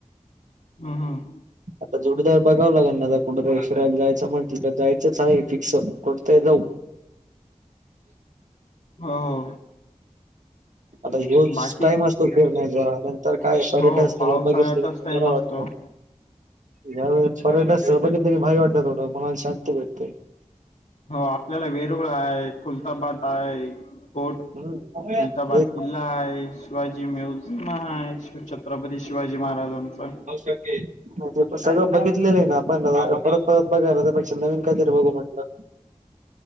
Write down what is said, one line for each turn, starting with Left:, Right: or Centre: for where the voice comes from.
Left: हम्मं हम्मं
Right: आतां जोडीदार बघावं लागंन कुठशराला जायचं म्हटलं तरं जायचंच आहे फिक्संअ कुठं तरी जाऊं
Left: हम्मं
Right: आतां योज
Left: बाकी
Right: टाईम असतो फिरण्यांचा नंतर कायं पर्यटन
Left: हो
Right: स्थळं
Left: पावसाळ्यातच
Right: बघितले तला
Left: टाईम
Right: बरं
Left: असतो
Right: वाटतं यां वेळी पर्यटक संह बघितलं की भारी वाटतं थोडं मनांला शांती भेटते
Left: हो आपल्यांला वेरुंळ आहे खुलतांबाद आहे कोर्ट
Right: हम्म
Left: खुलतांबाद
Right: एक
Left: किल्लां आहे शिवाजी म्युझियम आहे शि छत्रपती शिवाजी महाराजांचं.
Right: औशक्या. ते सगळं बघितलेलं आहे ना आपण परत परत बघायला त्यापेक्षा नवीन काहीतरी बघू म्हटलं.